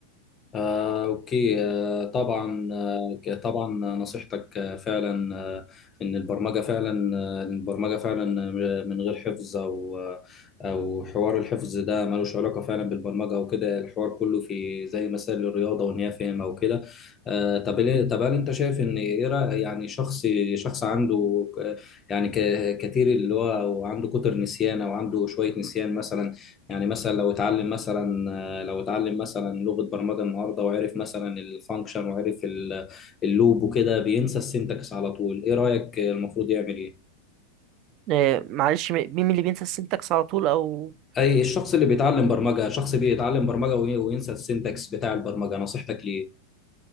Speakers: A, on the left (about 25°); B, on the right (about 40°).
A: آه، أوكي آه، طبعا آه، ك- طبعا نصيحتك آه، فعلا آه، إن البرمجة فعلا آه، إن البرمجة فعلا آه، من غير حفظ أو آه، أو حوار الحفظ ده ملوش علاقة فعلا بالبرمجة وكده الحوار كله في زي مسائل الرياضة وإن هي فهم أو كده آه، طب ليه- طب هل أنت شايف إن إيه رأي- يعني شخص شخص عنده ك- يعني ك- كتير اللي هو وعنده كتر نسيان أو عنده شوية نسيان مثلا يعني مثلا لو اتعلم مثلا لو اتعلم مثلا لغة برمجة النهارده وعرف مثلا الفانكشن وعرف ال- اللوب وكده بينسى السنتكس على طول ايه رأيك المفروض يعمل ايه
B: آه، معلش م- مين اللي بينسى السنتكس على طول او
A: اي الشخص اللي بيتعلم برمجة شخص بيتعلم برمجة وي- وينسى السنتكس بتاع البرمجة نصيحتك ليه